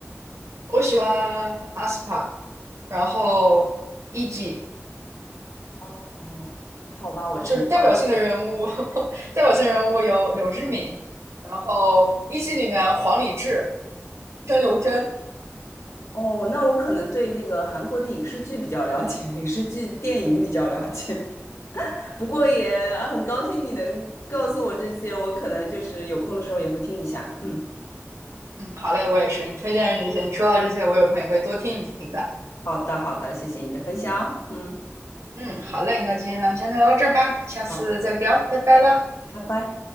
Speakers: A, on the right; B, on the left.
A: 我喜欢 aespa，然后 e.g。
B: 哦，好吧，我沉默了。
A: 就是代表性的人物，<laughs> 代表性人物有柳智敏，然后一季里面黄礼志、申刘真。
B: 哦，那我可能对那个韩国的影视剧比较了解，<laughs> 影视剧、电影比较了解。<laughs> 不过也啊很高兴你能告诉我这些，我可能就是有空的时候也会听一下。嗯，
A: 嗯，好嘞，我也是。你推荐的这些，你说到这些，我有空也会多听一听的。
B: 好的，好的，谢谢你的分享。嗯，
A: 嗯，好嘞，那今天咱们先聊到这儿吧，下次再聊，
B: 好，
A: 拜拜啦。
B: 拜拜。